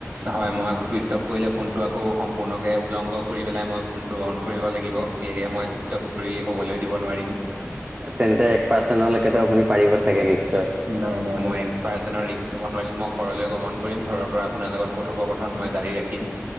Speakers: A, on the right; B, on the right.
A: হয় মই চুইচট অফ কৰিলে ফোনটো আকৌ সম্পূৰ্ণকে উলংঘ কৰি পেলাই মই ফোনটো অন কৰিব লাগি গিব, সেয়েহে মই চুইচট অফ কৰি হ'বলৈ দিব নোৱাৰিম।
B: তেন্তে এক পাৰ্চেনটলৈকেতো আপুনি পাৰিবই চাগে নিশ্চয়।
A: নাই নাই মই এক্সপাৰ্চনৰ ৰিক্ক ল'ব নোৱাৰিম মই ঘৰলৈ গমন কৰিম, ঘৰৰ পৰা আপোনাৰ লগত কথোপকথন মই জাৰি ৰাখিম।